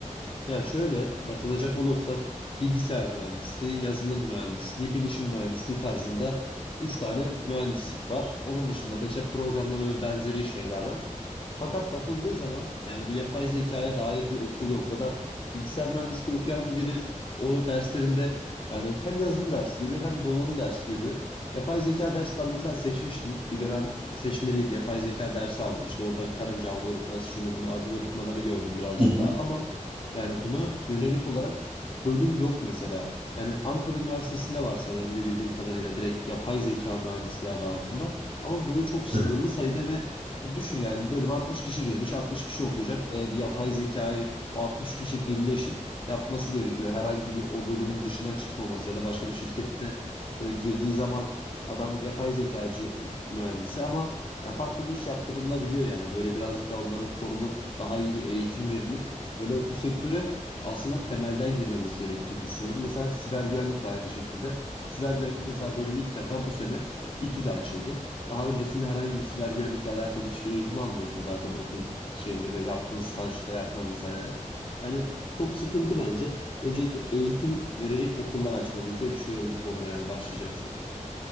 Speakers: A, on the left; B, on the right.
A: Ya şöyle bakılacak olursa bilgisayar mühendisliği, yazılım mühendisliği, bilişim mühendisliği tarzında 3 tane mühendislik var. Onun dışında da işte programlama ve benzeri şeyler var. Fakat bakıldığı zaman yani bu yapay zekaya dair bir okul yok ya da bilgisayar mühendisliği okuyan biri o derslerinde yani hem yazılım dersi görüyor hem donanım dersi görüyor. Yapay zeka dersi ben mesela seçmiştim. Bir dönem seçmeliydi. Yapay zeka dersi aldım. İşte orada karınca algoritması şunu bunu algoritmaları gördüm birazcık
B: Hı hı.
A: daha ama yani buna yönelik olarak bölüm yok mesela. Yani Ankara Üniversitesi'nde var sanırım bir bildiğim kadarıyla direkt yapay zeka mühendisliği adı altında. Ama böyle çok sınırlı
B: Evet.
A: sayıda ve ya düşün yani bölüme 60 kişi girmiş, 60 kişi okuyacak. E, bir yapay zekayı o 60 kişi birleşip yapması gerekiyor. Herhangi bir o bölümün dışına çıkmaması ya da başka bir şirkette böyle girdiği zaman adam yapay zekacı mühendisi ama yani farklı bir iş yaptırılabiliyor yani. Böyle birazcık daha onların korunup daha iyi bir eğitim verilip Böyle bu sektöre aslında temelden girmemiz gerektiğini düşünüyorum. Mesela siber güvenlik de aynı şekilde. Siber güvenlik mesela bölümü ilk defa bu sene İTÜ'de açıldı. Daha öncesinde herhangi bir siber güvenlikle alakalı hiçbir eğitim almıyorsun zaten okul şeyinde de yaptığın stajda yapmadıysan eğer. Yani çok sıkıntı bence. Öncelikle eğitim verecek okullar açmalıyız diye düşünüyorum bu konuda yani başlayacaksak.